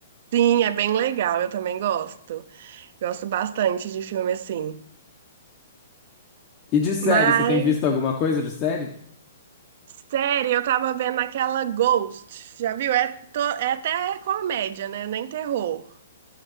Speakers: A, on the right; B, on the left.
A: Sim, é bem legal, eu também gosto. Gosto bastante de filme assim.
B: E de série,
A: Mas,
B: você tem visto alguma coisa de série?
A: série, eu tava vendo aquela Ghost. Já viu? É, to- é até comédia, né? Nem terror.